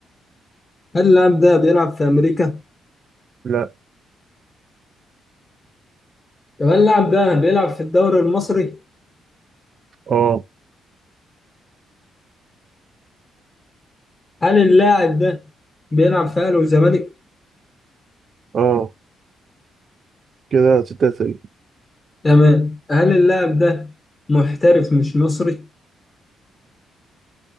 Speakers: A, on the left; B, on the right.
A: هل اللاعب ده بيلعب في أمريكا؟
B: لا
A: طب هل اللاعب ده بيلعب في الدوري المصري؟
B: اه
A: هل اللاعب ده بيلعب في أهلي وزمالك؟
B: اه كده ست اسئله
A: تمام هل اللاعب ده محترف مش مصري؟